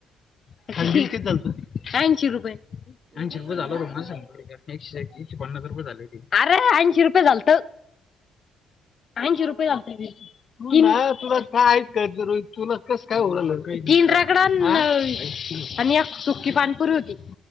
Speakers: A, on the left; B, on the right.
A: <unintelligible> कीती झालतं ऐंशी रुपये ऐंशी
B: बिल
A: रुपय
B: किती
A: झाल
B: झालत
A: <unintelligible> एकशे एक एकशे पन्नास रुप झाले अरे ऐंशी रुपये झाल ऐंशी
B: हाव
A: रुपय
B: का
A: झालतं तुला का आहे का <unintelligible> तुला कस काय तीन रगडा अन <unintelligible> आणि एक सुकी पाणीपुरी होती